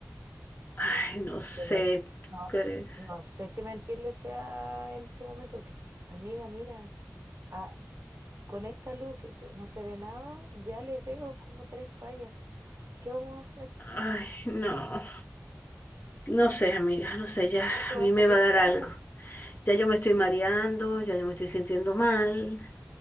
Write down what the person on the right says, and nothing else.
Que men-
no,
no sé si mentirle sea en este momento, porque, amiga, mira, a- con esta luz que te- no se ve nada, ya le veo como tres fallas. ¿Qué vamos a hacer?
Esto
va
a salir
caro.